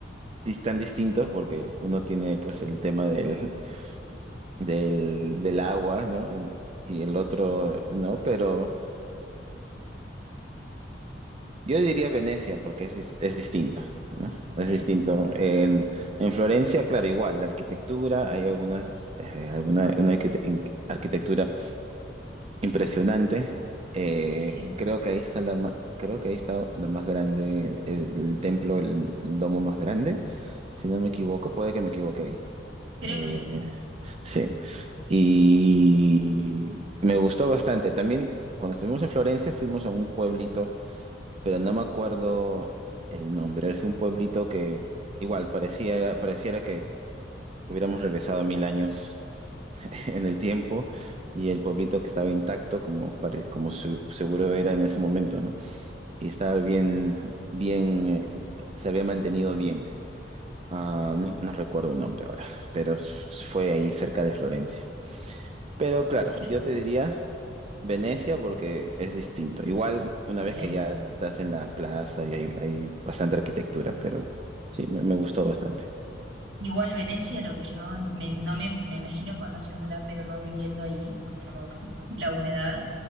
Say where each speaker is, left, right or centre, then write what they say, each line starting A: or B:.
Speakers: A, on the right; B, on the right.
A: dis- tan distintos porque uno tiene pues el tema del, del, del agua, ¿no? En- Y el otro,
B: Sí,
A: ¿no? Pero yo diría Venecia, porque es, dis- es distinto, ¿no?
B: bien,
A: Es distinto. En, en Florencia, claro, igual, la arquitectura, hay algunas, eh, alguna una arquite- in- arquitectura impresionante. Eh,
B: sí,
A: creo que ahí está la, ma- creo que ahí está la más grande, el, el templo, el, el domo más grande, si no me equivoco, puede que me equivoque ahí.
B: creo
A: Eh,
B: que sí.
A: sí. Y me gustó bastante. También cuando estuvimos en Florencia fuimos a un pueblito, pero no me acuerdo el nombre. Era un pueblito que igual parecía, pareciera que es- hubiéramos regresado mil años <laughs> en el tiempo y el pueblito que estaba intacto como, pare- como su- seguro era en ese momento, ¿no? Y estaba bien, bien, eh, se había mantenido bien. Ah, no, no recuerdo el nombre ahora, pero s- fue ahí cerca de Florencia. Pero claro,
B: Sí,
A: yo te diría Venecia porque es distinto. Igual una
B: Bien.
A: vez que ya estás en la plaza y hay, hay bastante arquitectura, pero sí, me, me gustó bastante.
B: Igual Venecia, lo que yo me- no me, me imagino conociéndola, pero no viviendo allí, porque no me gusta <laughs> la humedad.